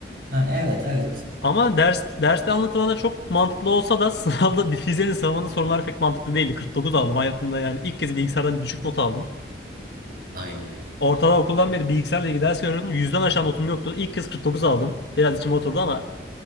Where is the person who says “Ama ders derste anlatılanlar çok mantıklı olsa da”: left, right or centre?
Left